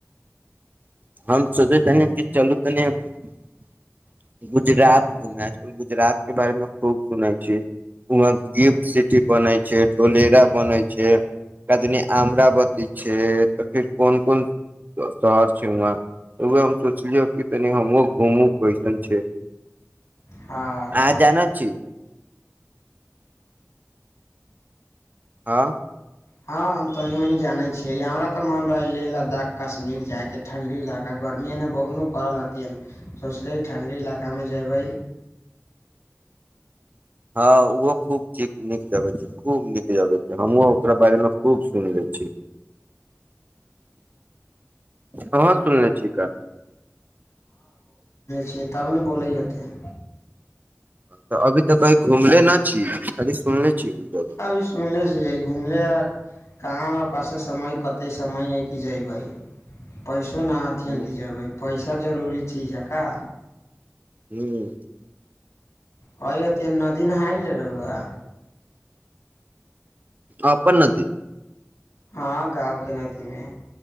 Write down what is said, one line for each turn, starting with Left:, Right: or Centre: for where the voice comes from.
Right: <unintelligible> <unintelligible> <unintelligible>
Left: हँ
Right: हँ
Left: हँ हम तनि मनि जानै छियै हमरा तऽ मोन रहै लेह लद्दाख कश्मीर जायके ठण्ढी इलाका गर्मी एन्ने बहुत न पड़ल हेथिन सोचलियै ठण्ढी इलाकामे जेयबै
Right: हँ ओहो खूब ठीक नीक जगह छै खूब नीक जगह छै हमहूँ ओकरा बारे मे खूब सुनले छी अंह सुनले छी का
Left: छै तब न बोलै हथिन
Right: तऽ अभी तऽ कहीं घुमले न छी खाली सुनले छी जगह
Left: अभी सुनले छियै घुमले आ कहाँ हमरा पासे समय कते समय हइ की जयबै पैस- -सो ना हथिन
Right: हूँ
Left: की जेयबै पैस- -सा जरूरी चीज है का
Right: हूँ
Left: कहै हथिन नदी नहायले रौआ
Right: अपन नदी
Left: हँ गाँवके नदीमे